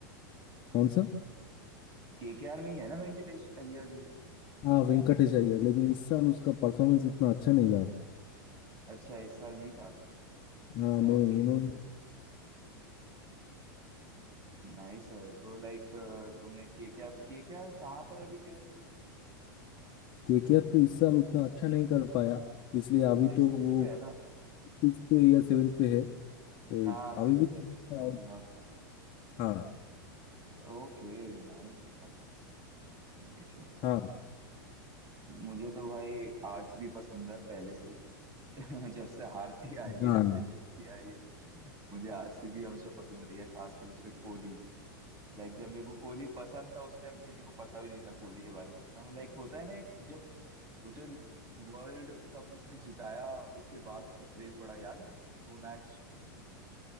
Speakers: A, on the left; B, on the right.
A: कौन सा
B: केकेआर में ही है ना वेंकटेश अय्यर भी
A: हाँ वेंकटेश अय्यर लेकिन इस साल उसका परफॉर्मेंस इतना अच्छा नहीं रहा
B: अच्छा इस साल नहीं था
A: हाँ नहीं
B: ओके
A: उन्होंने
B: नाइस है तो लाइक तुम्हें केकेआर केकेआर कहाँ पर है अभी टेबल पे
A: केकेआर तो इस साल उतना अच्छा नहीं कर पाया इसलिए अभी
B: सिक्स
A: तो वो
B: पे है ना
A: सिक्स पे या सेवेंथ पे है तो
B: हाँ सिक्स
A: अभी भी ठीक
B: पे सिक्स पे
A: है।
B: वही याद था
A: हाँ
B: ओके नाइस है नाइस नाइस है
A: हाँ
B: मुझे तो भाई आर्ट्स भी पसंद है पहले से ही <laughs> जब से हारती आ रही है
A: हाँ
B: जब से जीतती आ रही है मुझे आर्ट्स भी हमेशा पसंद रही है खासकर उसमें कोहली लाइक जब मेरे को कोहली पसंद था उस टाइम किसी को पता भी नहीं था कोहली के बारे में उतना लाइक होता है ना एक जब वो जो वर्ल्ड कप उसने जिताया उसके बाद उसका क्रेज बढ़ा याद है वो मैच